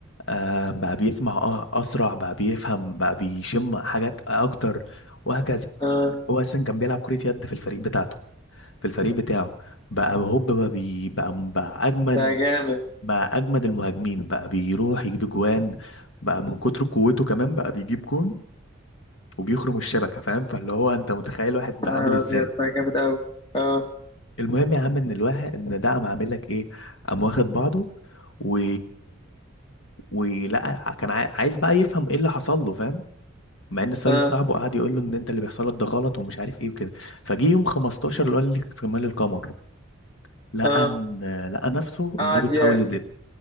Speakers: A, on the left; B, on the left.
A: آه بقى بيسمع اه اسرع بقى بيفهم بقى بيشم حاجات اكتر وهكذا
B: اه
A: هو اساسا كان بيلعب كرة يد في الفريق بتاعته في الفريق بتاعه بقى هوب بقى بي بقى بقى اجمد
B: ده جامد
A: بقى اجمد المهاجمين بقى بيروح يجيب جوان بقى من كتر قوته كمان بقى بيجيب جون وبيخرم الشبكة فاهم فاللي هو انت متخيل واحد ده
B: يا
A: عامل
B: نهار
A: ازاي
B: أبيض ده جامد أوي أه
A: المهم يا عم ان الواحد ان ده قام عامل لك ايه قام واخد بعضه و ولقى كان عاي- عايز بقى يفهم ايه اللي حصل له فاهم مع ان سالي
B: أه
A: صاحبه قعد يقول له ان انت اللي بيحصل لك ده غلط ومش عارف ايه وكده فجه يوم 15 اللي هو اللي اكتمال القمر لقى
B: أه
A: ان لقى نفسه
B: قعد
A: ان هو بيتحول
B: يا
A: لذئب